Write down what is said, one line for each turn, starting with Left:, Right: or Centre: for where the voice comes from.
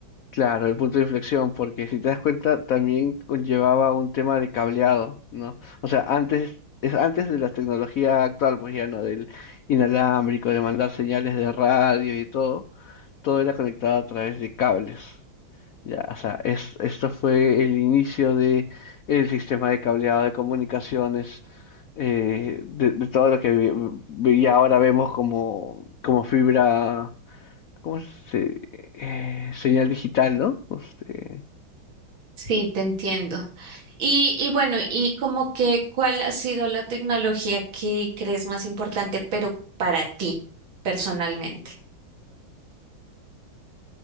Left: Claro, el punto de inflexión, porque si te das cuenta, también conllevaba un tema de cableado, ¿no? O sea, antes, es antes de la tecnología actual, pues ya no, del inalámbrico, de mandar señales de radio y todo, todo era conectado a través de cables. Ya, o sea, es, esto fue el inicio de el sistema de cableado de comunicaciones, eh, de, de todo lo que vi- vi- y ahora vemos como, como fibra ¿cómo se, eh, señal digital, ¿no? Este,
Right: Sí, te entiendo. Y, y bueno, y como que, ¿cuál ha sido la tecnología que crees más importante, pero para ti personalmente?